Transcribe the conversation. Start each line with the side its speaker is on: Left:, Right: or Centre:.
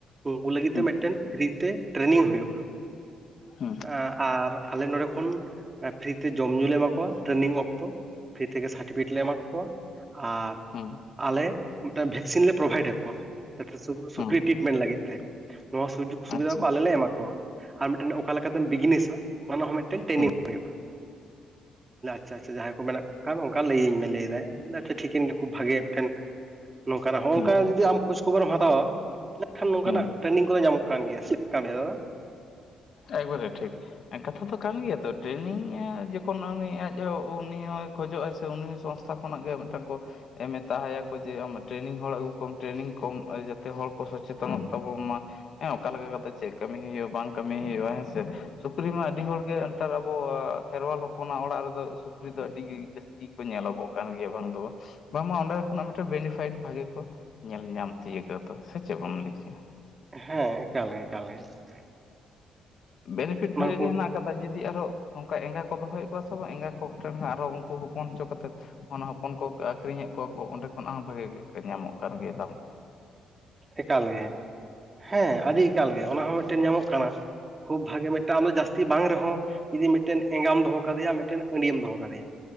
Right: ᱩᱱᱠᱩ ᱞᱟᱹᱜᱤᱫ
Left: ᱦᱩᱸ
Right: ᱛᱮ ᱢᱤᱫᱴᱮᱱ ᱯᱷᱨᱤ ᱛᱮ ᱴᱨᱮᱱᱤᱝ ᱦᱩᱭᱩᱜᱼᱟ ᱾
Left: ᱦᱩᱸ ᱾
Right: ᱮᱸ ᱟᱨ ᱟᱞᱮ ᱱᱚᱰᱮ ᱠᱷᱚᱱ ᱯᱷᱨᱤ ᱛᱮ ᱡᱚᱢ ᱧᱩ ᱞᱮ ᱮᱢᱟ ᱠᱚᱣᱟ ᱴᱨᱮᱱᱤᱝ ᱚᱠᱛᱚ ᱾ ᱯᱷᱨᱤ ᱛᱮᱜᱮ ᱥᱟᱨᱴᱤᱯᱷᱤᱠᱮᱴ ᱞᱮ ᱮᱢᱟ ᱠᱚᱣᱟ ᱟᱨ
Left: ᱦᱩᱸ
Right: ᱟᱞᱮ ᱢᱤᱫᱴᱮᱱ ᱵᱷᱮᱠᱥᱤᱱ ᱞᱮ ᱯᱨᱳᱵᱷᱟᱭᱤᱰ ᱟᱠᱚᱣᱟ, ᱡᱟᱛᱮ
Left: ᱦᱩᱸ
Right: ᱥᱩᱠᱨᱤ ᱴᱨᱤᱴᱢᱮᱱᱴ ᱞᱟᱹᱜᱤᱫ ᱛᱮ ᱱᱚᱣᱟ ᱥᱩᱡᱳᱜᱽ ᱥᱩᱵᱤᱫᱷᱟ
Left: ᱟᱪᱪᱷᱟ
Right: ᱠᱚ ᱟᱞᱮ ᱞᱮ ᱮᱢᱟ ᱠᱚᱣᱟ ᱾ ᱟᱨ ᱢᱤᱫᱴᱮᱱ ᱚᱠᱟ ᱞᱮᱠᱟᱛᱮᱢ ᱵᱤᱡᱽᱱᱮᱥᱟ ᱚᱱᱟ ᱦᱚᱸ ᱢᱤᱫᱴᱮᱱ ᱴᱨᱮᱱᱤᱝ
Left: ᱦᱩᱸ
Right: ᱦᱩᱭᱩᱜᱼᱟ ᱾ <inaudible> ᱟᱪᱪᱷᱟ ᱟᱪᱪᱷᱟ, ᱡᱟᱦᱟᱸᱭ ᱠᱚ ᱢᱮᱱᱟᱜ ᱠᱚ ᱠᱷᱟᱱ ᱚᱱᱠᱟ ᱞᱟᱹᱭᱟᱹᱧ ᱢᱮ ᱞᱟᱹᱭᱮᱫᱟ ᱟ ᱴᱷᱤᱠᱮᱱ ᱜᱮ ᱠᱷᱩᱵ ᱵᱷᱟᱜᱮ ᱾ ᱴᱷᱮᱱ <inaudible> ᱱᱚᱝᱠᱟᱱᱟᱜ ᱦᱚᱸᱜᱼᱚ
Left: ᱦᱩᱸ
Right: ᱱᱚᱝᱠᱟ ᱡᱩᱫᱤ ᱟᱢ ᱠᱷᱳᱡᱽ ᱠᱷᱚᱵᱚᱨᱮᱢ ᱦᱟᱛᱟᱣᱟ ᱛᱟᱦᱚᱞ ᱠᱷᱟᱱ ᱱᱚᱝᱠᱟᱱᱟᱜ
Left: ᱦᱩᱸ
Right: ᱴᱨᱮᱱᱤᱝ ᱠᱚᱫᱚ ᱧᱟᱢᱚᱜ ᱠᱟᱱ ᱜᱮᱭᱟ <unintelligible>
Left: ᱮᱠᱵᱟᱨᱮ ᱴᱷᱤᱠ ᱾ ᱠᱟᱛᱷᱟ ᱫᱚ ᱠᱟᱱ ᱜᱮᱭᱟ ᱛᱚ ᱴᱨᱮᱱᱤᱝ ᱡᱚᱠᱷᱚᱱ ᱩᱱᱤ ᱟᱡ ᱦᱚᱸ ᱩᱱᱤ ᱦᱚᱸᱭ ᱠᱷᱚᱡᱚᱜᱼᱟᱭ ᱥᱮ ᱩᱱᱤ ᱦᱚᱸ ᱥᱚᱝᱥᱛᱷᱟ ᱠᱷᱚᱱᱟᱜ ᱜᱮ ᱢᱤᱫᱴᱟᱝ ᱠᱚ ᱮᱢ ᱢᱮᱛᱭᱟᱠᱚ ᱡᱮ ᱟᱢᱟᱜ ᱴᱨᱮᱱᱤᱝ ᱦᱚᱲ ᱟᱹᱜᱩ ᱠᱚᱢ ᱴᱨᱮᱱᱤᱝ ᱠᱚᱢ ᱡᱟᱛᱮ ᱦᱚᱲ ᱠᱚ ᱥᱚᱪᱮᱛᱚᱱᱚᱜ ᱛᱟᱵᱚᱱ ᱢᱟ ᱾ ᱦᱮᱸ, ᱚᱠᱟ ᱞᱮᱠᱟ ᱠᱟᱛᱮ ᱪᱮᱫ ᱠᱟᱹᱢᱤ ᱦᱩᱭᱩᱜᱼᱟ ᱵᱟᱝ ᱠᱟᱹᱢᱤ ᱦᱩᱭᱩᱜᱼᱟ ᱦᱮᱸ ᱥᱮ ᱾ ᱥᱩᱠᱨᱤ ᱢᱟ ᱟᱹᱰᱤ ᱦᱚᱲ ᱜᱮ ᱱᱮᱛᱟᱨ ᱟᱵᱚ ᱠᱷᱮᱨᱣᱟᱞ ᱦᱚᱯᱚᱱᱟᱜ ᱚᱲᱟᱜ ᱨᱮ ᱫᱚ ᱥᱩᱠᱨᱤ ᱫᱚ ᱟᱹᱰᱤ ᱜᱮ ᱡᱟᱹᱥᱛᱤ ᱧᱮᱞᱚᱜᱚᱜ ᱠᱟᱱ ᱜᱮᱭᱟ ᱵᱟᱝ ᱫᱚ ᱵᱟᱝ ᱾ ᱵᱟᱝᱢᱟ ᱚᱸᱰᱮ ᱠᱷᱚᱱᱟᱜ ᱢᱤᱫᱴᱮᱱ ᱵᱮᱱᱤᱯᱟᱭᱤᱴ ᱵᱷᱟᱜᱮ ᱠᱚ ᱧᱮᱞ ᱧᱟᱢ <unintelligible> ᱥᱮ ᱪᱮᱫ ᱵᱟᱢ ᱞᱟᱹᱭ ᱚᱪᱚᱭᱟ ᱾
Right: ᱦᱮᱸ, ᱮᱠᱟᱞ ᱮᱠᱟᱞ ᱜᱮ ᱾
Left: ᱵᱮᱱᱤᱯᱷᱤᱴ ᱵᱷᱟᱜᱮ
Right: ᱠᱚᱜᱮ
Left: ᱜᱮ ᱦᱮᱱᱟᱜ ᱡᱩᱫᱤ ᱟᱨᱚ ᱚᱱᱠᱟ ᱮᱸᱜᱟ ᱠᱚ ᱫᱚᱦᱚᱭᱮᱫ ᱠᱚᱣᱟ ᱥᱮ ᱵᱟᱝ ᱮᱸᱜᱟ ᱠᱚᱴᱷᱮᱱ ᱟᱨᱚ ᱩᱱᱠᱩ ᱦᱚᱯᱚᱱ ᱦᱚᱪᱚ ᱠᱟᱛᱮ ᱚᱱᱟ ᱦᱚᱯᱚᱱ ᱠᱚ ᱟᱹᱠᱷᱨᱤᱧᱮᱫ ᱠᱚᱣᱟ ᱠᱚ ᱚᱸᱰᱮ ᱠᱷᱚᱱᱟᱜ ᱦᱚᱸ ᱵᱷᱟᱜᱤ ᱧᱟᱢᱚᱜ ᱠᱟᱱ ᱜᱮᱭᱟ ᱫᱟᱢ ᱠᱚ ᱾
Right: ᱮᱠᱟᱞ ᱜᱮ ᱾ <inaudible> ᱦᱮᱸ, ᱟᱹᱰᱤ ᱮᱠᱟᱞ ᱜᱮ, ᱚᱱᱟ ᱦᱚᱸ ᱢᱤᱫᱴᱮᱱ ᱧᱟᱢᱚᱜ ᱠᱟᱱᱟ ᱾ ᱠᱷᱩᱵ ᱵᱷᱟᱜᱮ ᱢᱤᱫᱴᱟᱝ ᱟᱢᱫᱚ ᱡᱟᱹᱥᱛᱤ ᱵᱟᱝ ᱨᱮᱦᱚᱸ ᱡᱩᱫᱤ ᱢᱤᱫᱴᱮᱱ ᱮᱸᱜᱟᱢ ᱫᱚᱦᱚ ᱠᱟᱫᱮᱭᱟ, ᱢᱤᱫᱴᱮᱱ ᱟᱺᱰᱤᱭᱟᱢ ᱫᱚᱦᱚ ᱠᱟᱫᱮᱭᱟ